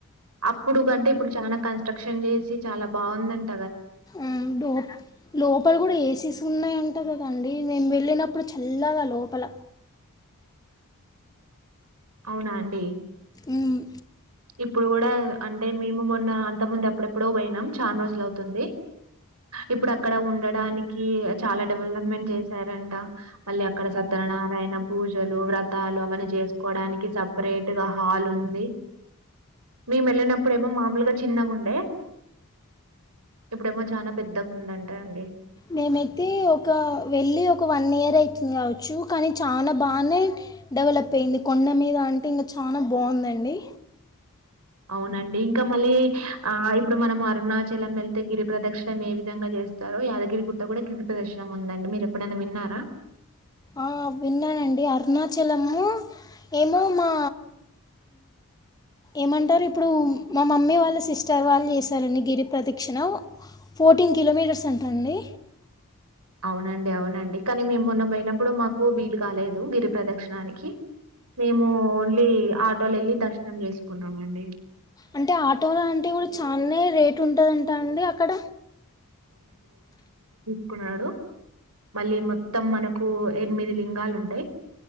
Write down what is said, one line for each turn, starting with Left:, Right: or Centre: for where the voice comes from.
Right: అప్ ఇప్పుడు కంటే ఇప్పుడు చాలా కన్స్ట్రక్షన్ చేసి చాలా బాగుందండి
Left: ఆ లో లోపల కూడా ఏసీస్ ఉన్నాయంట కదా అండి మేము వెళ్ళినప్పుడు చల్లగా లోపల
Right: అవునా అండి
Left: మ్,
Right: ఇప్పుడు కూడా అంటే మేము మొన్న అంత ముందు ఎప్పుడెప్పుడో పోయినాం చాలా రోజులు అవుతుంది ఇప్పుడు అక్కడ ఉండడానికి చాలా డెవలప్మెంట్ చేసారంట మళ్ళీ అక్కడ సత్యనారాయణ పూజలు వ్రత వ్రతాలు అవన్నీ చేసుకోవడానికి సపరేట్ గా హాల్ ఉంది మేము వెళ్ళినప్పుడు ఏమో మామూలుగా చిన్నగా ఉండే ఇప్పుడేమో చాలా పెద్దగా ఉందంటా అండి
Left: మేమైతే ఒక వెళ్ళి ఒక వన్ ఇయర్ అవుతుంది కావచ్చు కానీ చాలా బాగానే డెవలప్ అయింది కొండ మీద అంటే ఇంకా చాలా బాగుందండి
Right: అవునండి ఇంకా మళ్ళీ ఆ ఇప్పుడు మనం అరుణాచలం వెళ్తే గిరి ప్రదక్షిణం ఏ విధంగా చేస్తారో యాదగిరిగుట్ట కూడా గిరి ప్రదర్క్షిణ ఉందండి మీరు ఎప్పుడైనా విన్నారా
Left: ఆ విన్నానండి అరుణాచలము ఏమో మా ఏమంటారు ఇప్పుడు మా మమ్మీ వాళ్ళు సిస్టర్ వాళ్ళు చేశారండి గిరిప్రదక్షిణ ఫోర్టీన్ కిలోమీటర్స్ అంటండి
Right: అవునండి అవునండి కానీ మేము మొన్న పోయినప్పుడు మాకు వీలు కాలేదు గిరి ప్రదక్షిణానికి మేము ఓన్లీ ఆ వెళ్ళి దర్శనం చేసుకున్నాం అండి
Left: అంటే ఆటో లాంటివి కూడా చాలనే రేటు ఉంటుందంటా అండి అక్కడ
Right: న్నాడు మళ్ళీ మొత్తం మనకు ఎనిమిది లింగాలు ఉంటాయి